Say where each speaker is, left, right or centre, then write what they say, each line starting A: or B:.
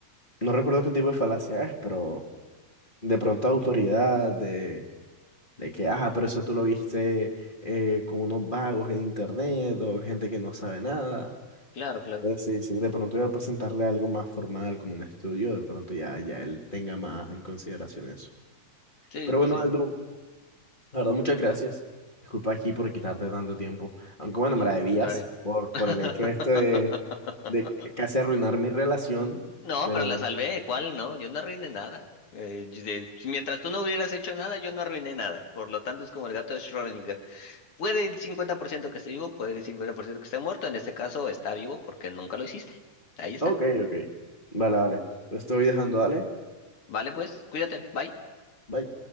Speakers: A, on the left; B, on the left.
A: no recuerdo qué tipo de falacia es, pero de pronto autoridad, de, de que, ajá, pero eso tú lo viste eh, con unos vagos en internet o gente que no sabe nada.
B: Claro, claro.
A: Pues sí, sí, de pronto yo al presentarle algo más formal como un estudio, de pronto ya, ya él tenga más en consideración eso.
B: Sí,
A: Pero
B: pues
A: bueno,
B: sí.
A: Aldo, La verdad, muchas gracias. Disculpa aquí por quitarte tanto tiempo. Aunque bueno,
B: No,
A: me la
B: al
A: debías
B: contrario.
A: por,
B: <laughs>
A: por el hecho este de, de c- casi arruinar mi relación.
B: No,
A: Pero,
B: pero la salvé, ¿cuál? No, yo no arruiné nada. Eh, yo- de- si mientras tú no hubieras hecho nada, yo no arruiné nada. Por lo tanto, es como el gato de Schrödinger. Puede el 50% que esté vivo, puede el 50% que esté muerto. En este caso, está vivo porque nunca lo hiciste. Ahí está.
A: ok, ok. Vale, vale. Lo estoy dejando, dale.
B: Vale, pues, cuídate. Bye.
A: Bye.